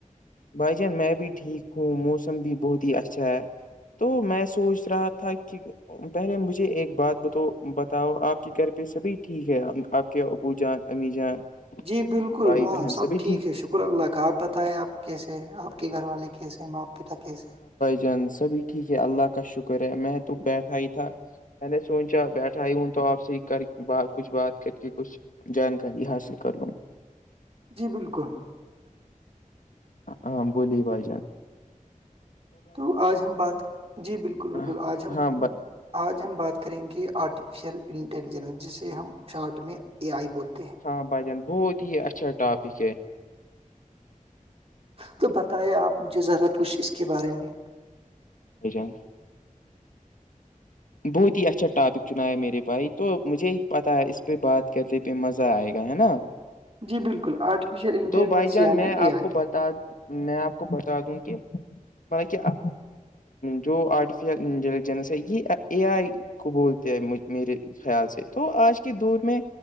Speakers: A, on the left (about 70°); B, on the right (about 45°).
A: بھائی جان میں بھی ٹھیک ہوں موسم بھی بہت ہی اچھا ہے تو میں سوچ رہا تھا کہ پہلے مجھے ایک بات ب تو بتاؤ آپ کے گھر پہ سبھی ٹھیک ہے آپ کے ابو جان امی جان
B: جی بالکل
A: بھائی
B: ہاں
A: بہن
B: سب
A: سبھی
B: ٹھیک ہے شکر اللہ کا آپ بتائیں آپ کیسے ہے آپ کی گھر والے کیس ہے ماں پتا کیس ہے
A: جند سبھی ٹھیک ہے اللہ کا شکر ہے میں تو بیٹھا ہی تھا میں نے سوچا بیٹھا ہی ہوں تو آپ سے ہی کر ب کچھ بات کر کے کچھ جانکاری حاصل کر لوں
B: جی بالکل
A: ہاں بولی بھائی جان
B: تو آج ہم بات جی بالکل بالکل
A: ہاں
B: آج ہم
A: ب
B: آج ہم بات کریں گے آرٹیفیشیل انٹیلیجنس جسے ہم اس ش آارٹ میں اے آئی بولتے ہیں
A: ہاں بھائی جان بہت ہی اچھا ٹاپک ہے
B: تو بتائیں آپ مجھے ذرا کچھ اس کے بارے میں
A: جان بہت ہی اچھا ٹاپک چنا ہے میرے بھائی تو مجھے ہی پتاہ ہے پ بات کرتے پہ مزہ آئے گا ہے نا
B: جی بالکل آرٹیفیشیل انٹیلیجنس
A: تو بھائی جان
B: یعنی
A: میں
B: اے
A: آپ
B: آئی
A: کو بتا میں آپ کو بتا دوں کہ مط کہ آ جو آرٹیفیشل انٹیلیجنس ہے یہ اے آئی کو بولتے ہیں میرے خیال سے تو آج کے دور میں